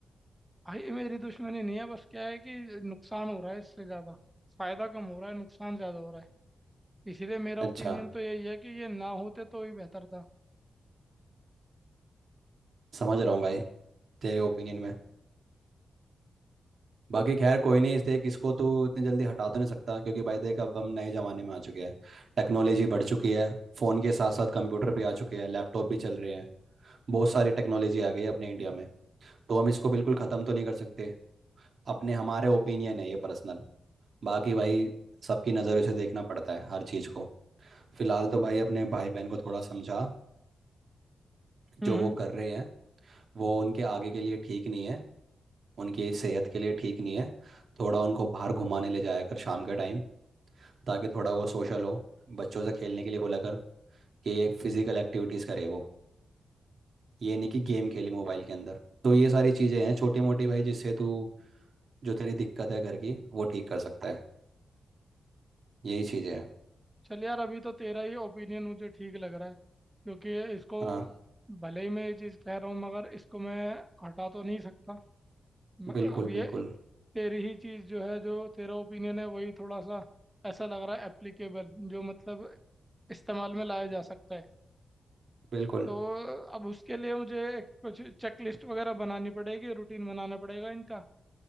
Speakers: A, in the centre; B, on the right.
A: भाई ये मेरी दुश्मनी नहीं है बस क्या है कि नुकसान हो रहा है इससे ज़्यादा फायदा कम हो रहा है नुकसान ज़्यादा हो रहा है इसीलिए मेरा
B: अच्छा
A: ओपिनियन तो यही है कि ये ना होते तो ही बेहतर था
B: समझ रहा हूँ भाई तेरे ओपिनियन में बाकी खैर कोई नहीं इस देख इसको तू इतनी जल्दी हटा तो नहीं सकता क्योंकि भाई देख अब हम नए ज़माने में आ चुके हैं टेक्नोलॉजी बढ़ चुकी है फ़ोन के साथ साथ कंप्यूटर भी आ चुके हैं लैपटॉप भी चल रहे हैं बहुत सारी टेक्नोलॉजी आ गई है अपने इंडिया में तो हम इसको बिल्कुल ख़त्म तो नहीं कर सकते अपने हमारे ओपिनियन है ये पर्सनल बाकी भाई सबकी नज़रों से देखना पड़ता है हर चीज़ को फिलहाल तो भाई अपने भाई बहन को थोड़ा समझा
A: हम्म
B: जो वो
A: हम्म।
B: कर रहे हैं वो उनके आगे के लिए ठीक नहीं है उनकी सेहत के लिए ठीक नहीं है थोड़ा उनको बाहर घुमाने ले जाया कर शाम के टाइम ताकि थोड़ा वो सोशल हो बच्चों से खेलने के लिए बोला कर कि ये फिजिकल एक्टिविटीज़ करे वो ये नहीं कि गेम खेले मोबाइल के अंदर तो ये सारी चीज़ें हैं छोटी मोटी भाई जिससे तू जो तेरी दिक्कत है घर की वो ठीक कर सकता है यही चीज़ें हैं
A: चल यार अभी तो तेरा ही ओपिनियन मुझे ठीक लग रहा है क्योंकि इसको
B: हाँ
A: भले ही मैं ये चीज़ कह रहा हूँ मगर इसको मैं हटा तो नहीं सकता म-
B: बिल्कुल
A: अब ये
B: बिल्कुल
A: तेरी ही चीज़ जो है जो तेरा ओपिनियन है वही थोड़ा सा ऐसा लग रहा है एप्लीकेबल जो मतलब इस्तेमाल में लाया जा सकता है
B: बिल्कुल
A: तो अब उसके लिए मुझे एक कुछ चेक लिस्ट वगैरह बनानी पड़ेगी रूटीन बनाना पड़ेगा इनका